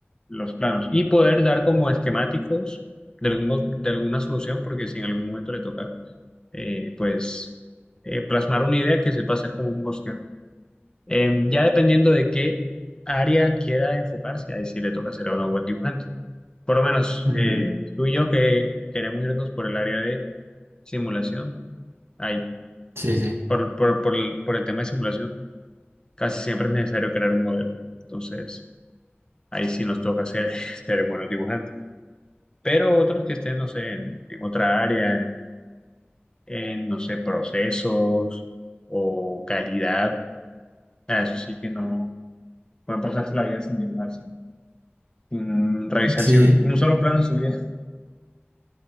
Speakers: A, on the left (about 20°); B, on the right (about 80°).
A: los planos y poder dar como esquemáticos de, algún- de alguna solución, porque si en algún momento le toca, eh, pues, eh, plasmar una idea que sepa hacer como un bosquejo. Eh, ya dependiendo de qué área quiera enfocarse, ahí sí le toca ser o no buen dibujante. Por lo menos
B: mm,
A: eh, tú y yo que queremos irnos por el área de simulación, ahí,
B: sí, sí.
A: por, por, por el por el tema de simulación, casi siempre es necesario crear un modelo. Entonces, Ahí sí nos toca ser, <laughs> ser buenos dibujantes. Pero otros que estén, no sé, en, en otra área, en, en, no sé, procesos o calidad, ah, eso sí que no pueden pasarse la vida sin dibujar, sin, sin revisar
B: Sí,
A: sin un solo plano en su vida.